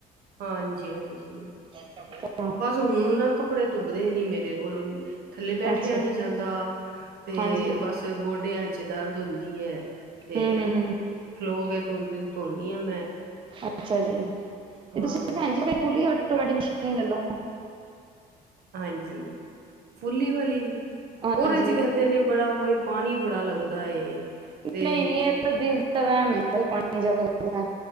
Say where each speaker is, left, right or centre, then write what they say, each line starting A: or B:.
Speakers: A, on the right; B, on the right.
A: ਹਾਂਜੀ, ਹਾਂਜੀ।
B: ਘਟਾ
A: ਬਸ ਹੁਣ ਨਾ ਕੱਪੜੇ ਤੁੁੱਬਦੇ ਨੀ ਮੇਰੇ ਕੋਲ ਥੱਲੇ ਬੈਠਿਆ
B: ਅੱਛਾ
A: ਨੀ ਜਾਂਦਾ। ਤੇ
B: ਹਾਂਜੀ
A: ਬਸ ਗੋਡਿਆਂ ਚ ਦਰਦ ਹੁੰਦੀ ਐ। ਤੇ
B: ਹੂੰ ਹੂੰ ਹੂੰ
A: ਖਲੋ ਕੇ ਧੋਂ ਧੋਣੀ ਆ ਮੈਂ
B: ਅੱਛਾ ਜੀ ਤੇ
A: ਹਾਂ
B: ਤੁਸੀਂ ਭੈਣ ਜੀ ਫਿਰ ਫੁਲੀ ਆਟੋਮੈਟਿਕ ਮਸ਼ੀਨ ਲੈਲੋ।
A: ਹਾਂਜੀ ਫੁੱਲੀ ਵਾਲੀ
B: ਹਾਂਜੀ
A: ਉਹਦੇ ਚ ਕਹਿੰਦੇ ਨੇ ਬੜਾ ਬਈ ਪਾਣੀ ਬੜਾ ਲੱਗਦਾ ਏ। ਤੇ
B: ਨਈ-ਨਈ ਇਹ ਤਾਂ ਦਿਲ ਦਾ ਵੈਮ ਏ। ਪਾਣੀ ਜਿਆਦਾ ਲੱਗਦਾ,